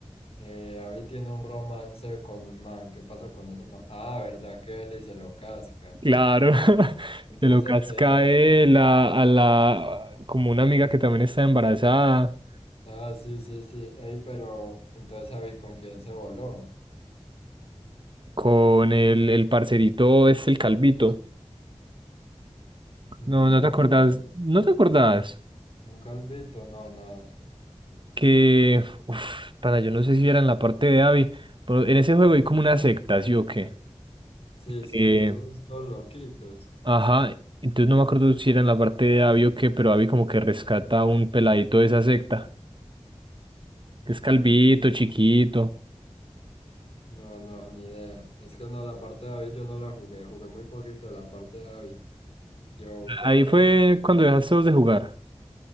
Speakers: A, on the left (about 55°); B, on the right (about 45°).
A: Eh, Abby tiene un romance con un man. ¿Qué pasa con ese man? Ah, ¿verdad que Eli se lo casca?
B: Claro, <laughs>
A: Entonces,
B: se lo casca
A: eh,
B: él a, a la, como una amiga que también está embarazada,
A: ah, sí, sí, sí. Ey, pero entonces Abby, ¿con quién se voló?
B: con el, el parcerito, es el calvito.
A: Mm,
B: No,
A: yo
B: no
A: no
B: te acordás,
A: me acuerdo.
B: no te acordás
A: ¿Un calvito? No, nada.
B: que, uff, pana, yo no sé si era en la parte de Abby, pero en ese juego hay como una secta, ¿sí o qué?
A: Sí, sí,
B: Que,
A: esos todos loquitos.
B: ajá, entonces no me acuerdo si era en la parte de Abby o qué, pero Abby como que rescata a un peladito de esa secta, que
A: Mm,
B: es calvito, chiquito.
A: no, no, ni idea. Es que no, la parte de Abby yo no la jugué. Jugué muy poquito de la parte de Abby. Yo creo
B: Ahí
A: que,
B: fue cuando dejaste vos de jugar.